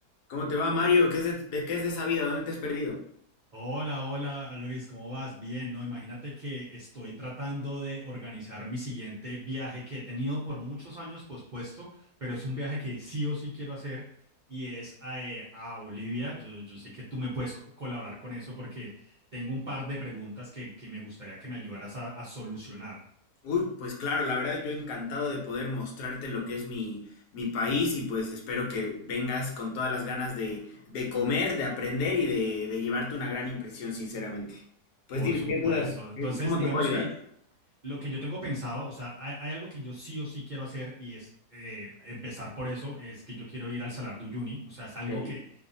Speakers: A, on the left; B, on the right.
A: ¿Cómo te va, Mario? ¿Qué es de, de- qué es de esa vida? ¿Dónde te has perdido?
B: Hola, hola Luis, ¿cómo vas? Bien, ¿no? Imagínate que estoy tratando de organizar mi siguiente viaje que he tenido por muchos años pospuesto, pero es un viaje que sí o sí quiero hacer y es a, eh, a Bolivia. Yo, yo sé que tú me puedes co- colaborar con eso porque tengo un par de preguntas que, que me gustaría que me ayudaras a, a solucionar,
A: Uy, pues claro, la verdad yo encantado de poder mostrarte lo que es mi, mi país y pues espero que vengas con todas las ganas de, de comer, de aprender y de, de llevarte una gran impresión, sinceramente. Pues
B: por
A: dime,
B: supuesto.
A: ¿qué dudas?
B: Entonces,
A: ¿Qué- ¿Cómo
B: digamos
A: te puedo ayudar?
B: que lo que yo tengo pensado, o sea, hay, hay algo que yo sí o sí quiero hacer y es eh, empezar por eso, es que yo quiero ir al Salar de Uyuni, o sea, es algo
A: Ok.
B: que